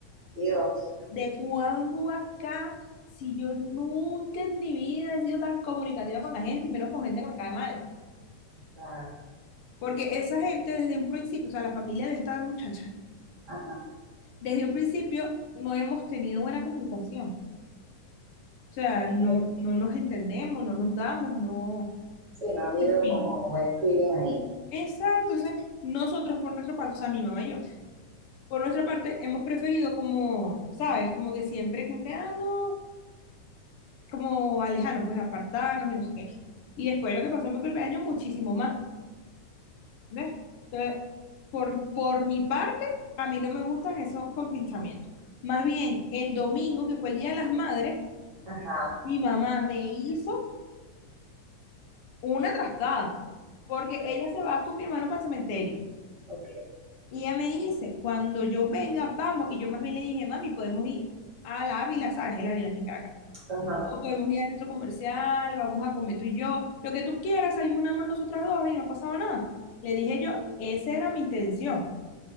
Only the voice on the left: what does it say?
de cuando acá, si yo nunca en mi vida he sido tan comunicativa con la gente y menos con gente que me cae mal.
Porque esa gente desde un principio, o sea, la familia de esta muchacha,
desde un principio no hemos tenido buena comunicación. O sea, no,
no nos entendemos, no nos damos, no.
En fin.
Exacto. Entonces, nosotros por nuestra parte, o sea, mi mamá y yo, por nuestra parte hemos preferido como, ¿sabes? Como que siempre, como que, ah, no, como alejarnos, pues apartarnos y no sé qué. Y después lo que pasó en mi cumpleaños, muchísimo más. ¿Ves? Entonces, por, por mi parte, a mí no me gustan esos compinchamientos. Más bien, el domingo, que fue el Día de las Madres,
mi mamá me hizo una trastada, porque ella se va con mi hermano para el cementerio.
Y ella me dice, cuando yo venga, vamos. Y yo más bien le dije, mami, podemos ir a la Ávila, ¿sabes? El Ávila aquí en Caracas.
O podemos ir al centro comercial, vamos a comer tú y yo, lo que tú quieras, salimos nada más nosotras dos y no ha pasado nada. Le dije yo, esa era mi intención.